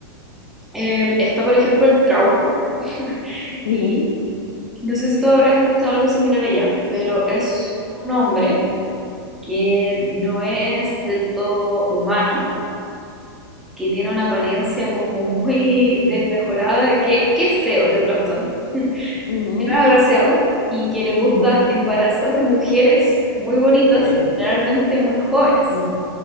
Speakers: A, in the centre; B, on the left (about 55°).
A: Eh, está, por ejemplo, el trauco. <laughs>
B: ujú,
A: y
B: ujú,
A: no sé si tú habrás escuchado algo similar allá, pero es un hombre que no es del todo humano, que tiene una apariencia como muy <laughs> desmejorada, que, que es feo de plantón, <laughs> que
B: ujú, ujú.
A: no es agraciado y que le gusta
B: ujú, ujú.
A: embarazar mujeres muy bonitas
B: ¿Ves?
A: y generalmente muy jóvenes.
B: Ujú,